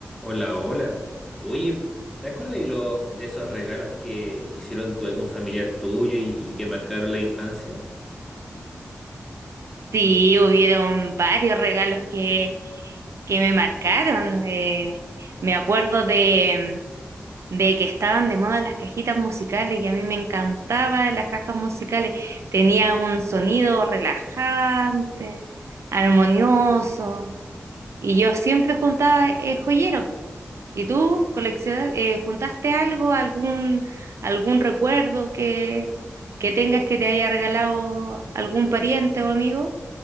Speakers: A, in the centre; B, on the right.
A: Hola, hola. Oye, ¿te acuerdas de los de esos regalos que hicieron tu, algún familiar tuyo y, y que marcaron la infancia?
B: Sí, hubieron varios regalos que, que me marcaron. eh, me acuerdo de, de que estaban de moda las cajitas musicales y a mí me encantaban las cajas musicales. Tenía un sonido relajante, armonioso, y yo siempre juntaba eh, joyeros. ¿Y tú coleccionas, eh, juntaste algo, algún, algún recuerdo que, que tengas que te haya regalado algún pariente o amigo?